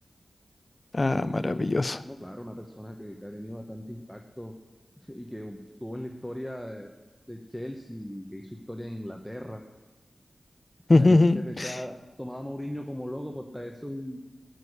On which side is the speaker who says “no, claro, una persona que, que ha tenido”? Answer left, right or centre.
Centre